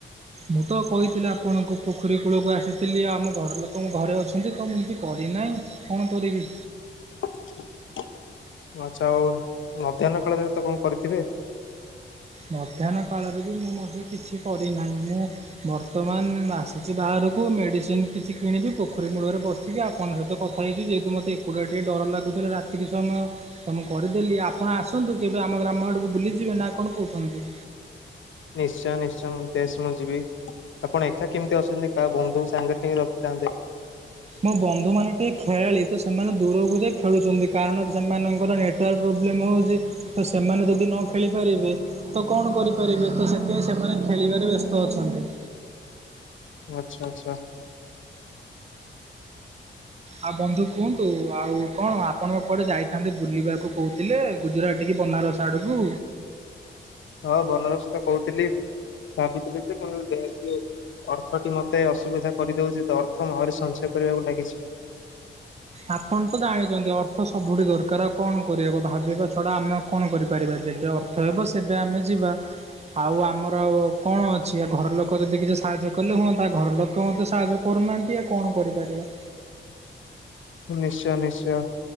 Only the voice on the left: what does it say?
ଆଚ୍ଛା ଆଉ ମଧ୍ୟାହ୍ନ କାଳରେ ତ କଣ କରିଥିବେ।
ନିଶ୍ଚୟ ନିଶ୍ଚୟ ବେଶ ମୁଁ ଯିବି। ଆପଣ ଏକା କେମିତି ଅସଛନ୍ତି କାହା ବନ୍ଧୁ ସାଙ୍ଗରେ ନେଇକି ରଖିଥାନ୍ତେ।
ଆଚ୍ଛା ଆଚ୍ଛା।
ହଁ ବନରସ ତ କହୁଥିଲି ଭାବିଥିଲି ଯେ <unintelligible> ଅର୍ଥଟି ମୋତେ ଅସୁବିଧା କରିଦେଉଛି ତ ଅର୍ଥ ଆହୁରି ସଞ୍ଚୟ କରିବାକୁ ଲାଗିଛି।
ନିଶ୍ଚୟ ନିଶ୍ଚୟ।